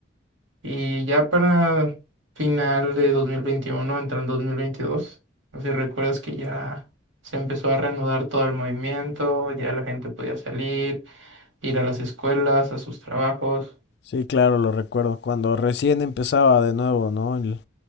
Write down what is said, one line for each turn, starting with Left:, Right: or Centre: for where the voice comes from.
Right: Y ya para final de 2021, entrando en 2022, no sé si recuerdas que ya se empezó a reanudar todo el movimiento, ya la gente podía salir, ir a las escuelas, a sus trabajos.
Left: Sí, claro, lo recuerdo. Cuando recién empezaba de nuevo, ¿no? El